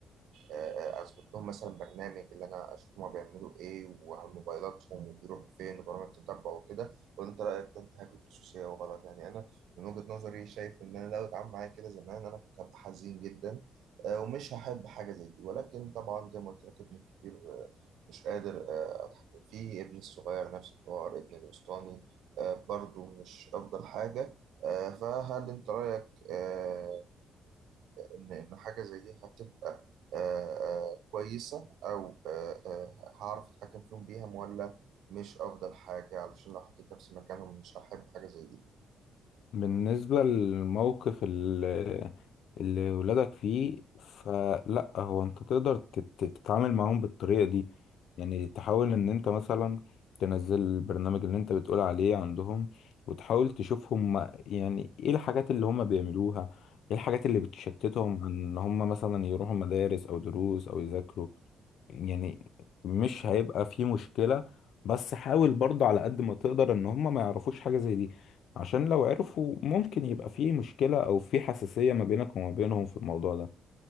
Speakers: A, on the right (about 80°); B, on the left (about 70°).
A: آه، آه، آه، اظبط لهم مثلا برنامج اللي انا اشوف هما بيعملوا ايه وعلى موبايلاتهم وبيروحوا فين وبرامج تتبع وكده ولا انت رايك ده انتهاك للخصوصيه وغلط يعني انا من وجهه نظري شايف ان انا لو اتعامل معايا كده زمان انا كنت هبقى حزين جدا آه، ومش هحب حاجه زي دي ولكن طبعا زي ما قلت لك ابني الكبير آه، مش قادر آه، اتحكم فيه ابني الصغير نفس الحوار ابني الوسطاني آه، برضو مش افضل حاجه آه، فهل انت رايك آه، ان ان حاجه زي دي هتبقى آه، آه، كويسه او آه، آه، هعرف اتحكم فيهم بيها ولا مش افضل حاجه علشان لو حطيت نفسي مكانهم مش هحب حاجه زي دي
B: بالنسبة للموقف اللي, اللي ولادك فيه فلا هو انت تقدر تت- تتعامل معاهم بالطريقة دي يعني تحاول ان انت مثلا تنزل البرنامج اللي انت بتقول عليه عندهم وتحاول تشوف هم يعني ايه الحاجات اللي هم بيعملوها ايه الحاجات اللي بتشتتهم عن ان هم مثلا يروحوا مدارس او دروس او يذاكروا يعني مش هيبقى في مشكلة بس حاول برضه على قد ما تقدر ان هم ما يعرفوش حاجة زي دي عشان لو عرفوا ممكن يبقى في مشكلة او في حساسية ما بينك وما بينهم في الموضوع ده